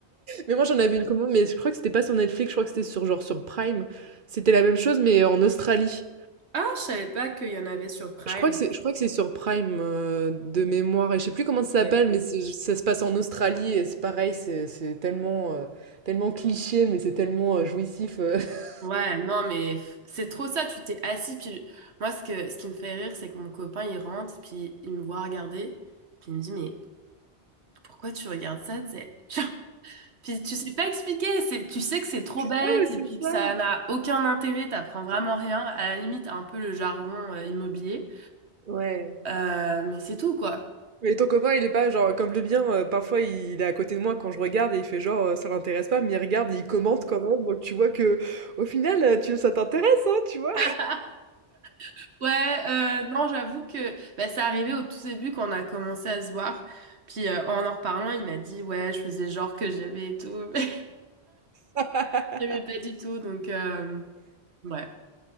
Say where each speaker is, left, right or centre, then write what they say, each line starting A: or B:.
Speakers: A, on the right (about 50°); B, on the right (about 75°).
A: Mais moi, j'en avais une commande, mais je crois que c'était pas sur Netflix, je crois que c'était sur, genre, sur Prime. C'était la même chose, mais en Australie.
B: Ah, je savais pas qu'il y en avait sur Prime.
A: Je crois que c'est, je crois que c'est sur Prime, euh, de mémoire, et je sais plus comment
B: Ok.
A: ça s'appelle, mais c'est- ça se passe en Australie, et c'est pareil, c'est c'est tellement, euh, tellement cliché, mais c'est tellement euh, jouissif. euh. <laughs>
B: Ouais, non, mais f- c'est trop ça, tu t'es assis, puis moi, ce que, ce qui me fait rire, c'est que mon copain, il rentre, puis il me voit regarder, puis il me dit, mais pourquoi tu regardes ça, tu sais? <laughs> Genre, Puis tu sais pas expliquer, c'est, tu sais que c'est trop bête,
A: Ouais, mais c'est
B: et puis
A: ça!
B: que ça n'a aucun intérêt, t'apprends vraiment rien, à la limite, un peu le jargon euh, immobilier,
A: Ouais.
B: Euh, mais c'est tout, quoi.
A: Mais ton copain, il est pas genre comme le mien, heu, parfois il est à côté de moi quand je regarde et il fait genre, heu, ça l'intéresse pas, mais il regarde et il commente quand même, donc tu vois que au final, heu, tu ça t'intéresse, hein, tu vois?
B: <laughs> Ouais, euh, non, j'avoue que bah, c'est arrivé au tout début quand on a commencé à se voir. Puis euh, en en reparlant, il m'a dit, ouais, je faisais genre que j'aimais et tout. <laughs>
A: <laughs>
B: J'aimais pas du tout, donc euh, ouais,